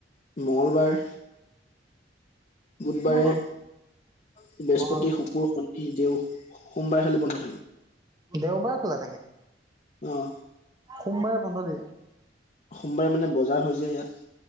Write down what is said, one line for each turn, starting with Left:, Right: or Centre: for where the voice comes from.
Left: মঙলবাৰ বুধবাৰে
Right: মঙল
Left: বৃহস্পতি
Right: মঙল
Left: শুকুৰ শনি দেউ সোমবাৰে খালি বন্ধ থাকে
Right: দেওবাৰে খোলা
Left: অ
Right: সোমবাৰে বন্ধ দিয়ে
Left: সোমবাৰে মানে বজাৰ হয় যে ইয়াত